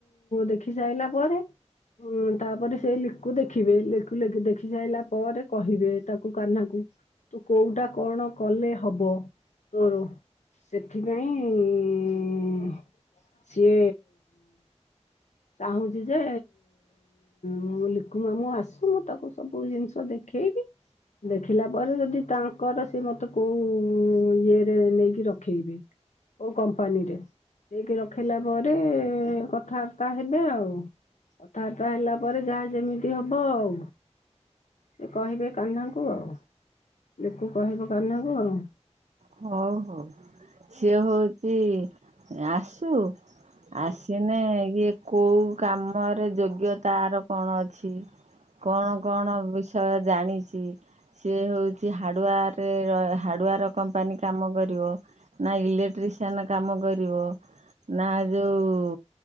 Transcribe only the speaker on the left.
ଦେଖି ସାରିଲା ପରେ ତାପରେ ସେ। ଲିକୁ ଦେଖିବେ ଲିଖୁଖ ଦେଖି ସାରିଲା ପରେ କହିବେ ତାକୁ କା୍ହ୍ନାକୁ। ତୁ କୋଉଟା କଣ। କଲେ ହବ ତୋର ସେଥିପାଇଁ ଇଁ ସିଏ ଚାହୁଁଛି ଯେ ମୁଁ ଲିଖୁମା ମୁଁ ଆସୁ ମୁଁ ତାକୁ ସବୁ ଜିନିଷ ଦେଖେଇବି ଦେଖିଲା ପରେ ଯଦି ତାଙ୍କର ସି ମତେ କୋଉ ଇଏରେ ନେଇକି ରଖେଇବି କୋଉ କମ୍ପାନୀରେ। ହେକି ରଖିଲା ପରେ କଥାବାର୍ତ୍ତା ହେବେ ଆଉ କଥାବାର୍ତ୍ତା ହେଲା ପରେ ଯାହା ଯେମିତି ହବ ଆଉ ସେ କହିବେ କାହ୍ନାକୁ ଆଉ ଲିକୁ କହିବ କାହ୍ନାକୁ ଆଉ।